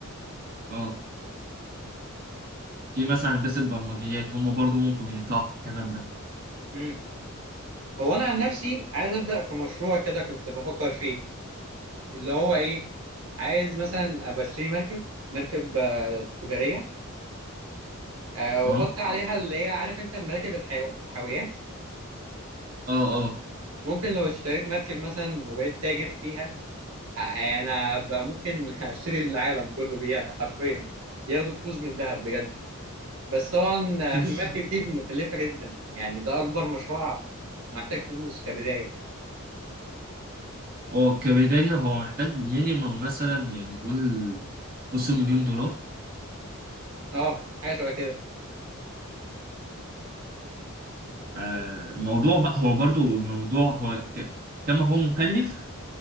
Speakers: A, on the right; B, on the right.
A: اه في مثلا هندسة برمجيات هم برضو ممكن ينفعوا في الكلام ده
B: امم هو انا عن نفسي عايز ابدا في مشروع كده كنت بفكر فيه اللي هو ايه عايز مثلا ابقى اشتري مركب مركب آه، تجاريه آه،
A: اه
B: واحط اه عليها اللي هي عارف انت المراكب الحيو... الحاويات
A: اه اه
B: ممكن لو اشتريت مركب مثلا وبقيت تاجر فيها انا بقى ممكن <laughs> اشتري العالم كله بيها حرفيا ياخدوا فلوس من دهب بجد بس طبعا <laughs>
A: مش-
B: المركب دي مكلفة جدا يعني ده اكبر مشروع محتاج فلوس كبداية
A: هو كبداية هو محتاج مينيمم مثلا يعني قول نص مليون دولار
B: اه حاجة شبه كده
A: فالموضوع بقى هو برضو الموضوع هو ك- كما هو مكلف